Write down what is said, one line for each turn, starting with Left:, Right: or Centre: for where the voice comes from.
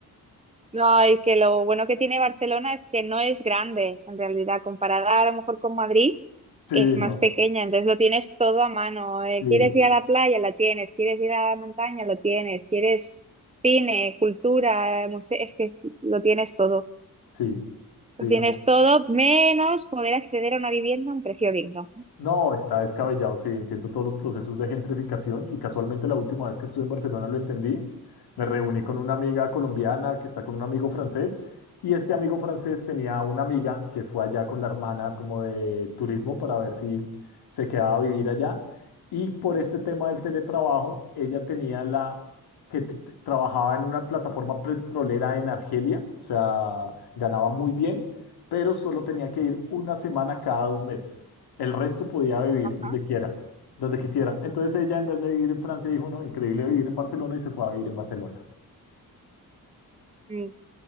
Right: No, y que lo bueno que tiene Barcelona es que no es grande, en realidad, comparada a lo mejor con Madrid,
Left: Sí,
Right: es más
Left: no,
Right: pequeña, entonces lo tienes todo a mano. Eh,
Left: sí,
Right: ¿quieres ir a la playa? La tienes. ¿Quieres ir a la montaña? Lo tienes. ¿Quieres cine, cultura, museo? Es que es- lo tienes todo.
Left: sí, sí.
Right: Lo tienes todo, menos poder acceder a una vivienda a un precio digno.
Left: No, está descabellado, sí, entiendo todos los procesos de gentrificación y casualmente la última vez que estuve en Barcelona lo entendí. Me reuní con una amiga colombiana que está con un amigo francés y este amigo francés tenía una amiga que fue allá con la hermana como de turismo para ver si se quedaba a vivir allá y por este tema del teletrabajo, ella tenía la que t- t- trabajaba en una plataforma petrolera en Argelia, o sea, ganaba muy bien, pero solo tenía que ir una semana cada dos meses. El resto podía vivir
Right: Ah,
Left: donde quiera, donde quisiera. Entonces ella, en vez de vivir en Francia, dijo, no, increíble vivir en Barcelona y se fue a vivir en Barcelona.
Right: mm,